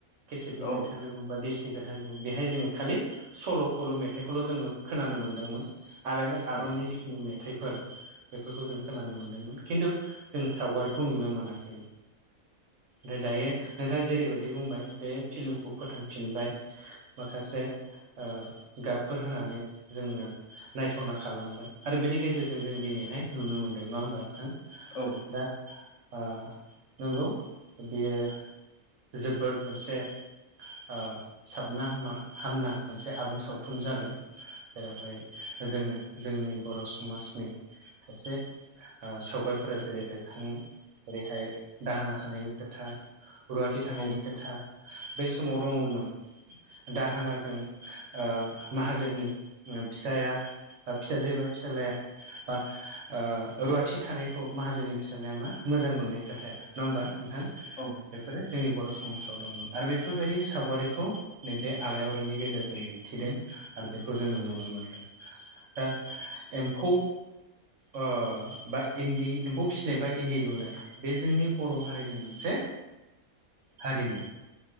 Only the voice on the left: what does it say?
औ
औ
औ
औ
औ
<inaudible>